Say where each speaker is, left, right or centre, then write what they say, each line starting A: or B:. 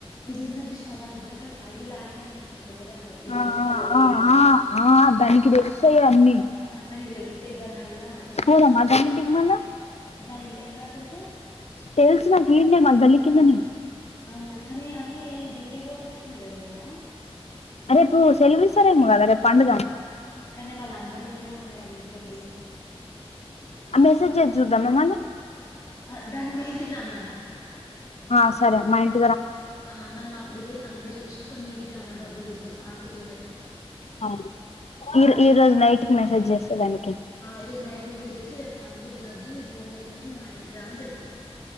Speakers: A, on the left; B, on the left.
A: ఇదున్నది చూసినావా మన ఇద్దరం కలిసి ఐ డి లాగిన్ <unintelligible> ఆ దొంగతనంగా ఇది
B: ఆ
A: ఎత్తు పల్లది
B: ఆ ఆ ఆ దానికి తెలుస్తాయి అన్ని
A: ఆ దానికి తెలుత్తది దాన్ని అడుగుదామా ఎప్పుడన్నా
B: పోదామా దాని ఇంటికి మళ్ళా
A: దాని ఇల్లు ఎక్కడ అసలుకు
B: తెలుసు నాకి ఈన్నె మా గల్లి కిందనే
A: అవునా కాని అది డ్యూటీ కి పోతనట్టుంది కదా మేము
B: రేపు సెల్వ ఇస్తారేమో కదా రేపు పండుగ
A: కానీ వాళ్ళందరు ఉంటారేమో అని వాళ్ళో ఇంట్లోలు
B: మెసేజ్ చేసి చూద్దాం ఏమన్నా
A: ఆ దాన్ని మీ ఇంటికి రమ్మను
B: ఆ సరే మా ఇంట్
A: ఆ మనం అక్కడికి పోయి తంబేసి వచ్చినంక మీ ఇంటికి రమ్మని డబ్బులు తీసుకోని పానీపూర్ తినే
B: అవును ఈ ఈ రోజు నైట్ కి మెసేజ్ చేస్తా దానికి
A: ఆ ఈ రోజు నైట్ మెసేజ్ చేసి చెప్తా పానీపూరి తినొద్దం నేను ఫోన్ చేసినప్పుడు నువ్ మా ఇంటికి రా అని చెప్పు